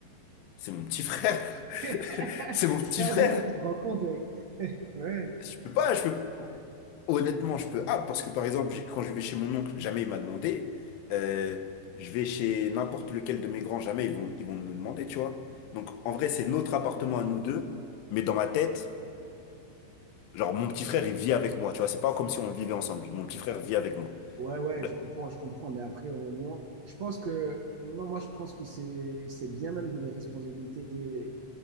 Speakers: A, on the left; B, on the right.
A: c'est mon petit frère.
B: <laughs>
A: <laughs> C'est mon petit
B: Ah,
A: frère.
B: là, tu te rends compte, mec. <laughs> Ouais.
A: Je peux pas, je peux... Honnêtement, je peux. Ah, parce que par exemple, j'ai- quand je vais chez mon oncle, jamais il m'a demandé. Euh, je vais chez n'importe lequel de mes grands, jamais ils vont, ils vont me demander, tu vois. Donc en vrai, c'est notre appartement à nous deux, mais dans ma tête, genre mon petit frère, il vit avec moi, tu vois. C'est pas comme si on vivait ensemble. Mon petit frère vit avec moi.
B: Ouais, ouais,
A: Le-
B: je comprends, je comprends, mais après, au moment, je pense que, non, moi, je pense que c'est, c'est bien même de le responsabilité dès,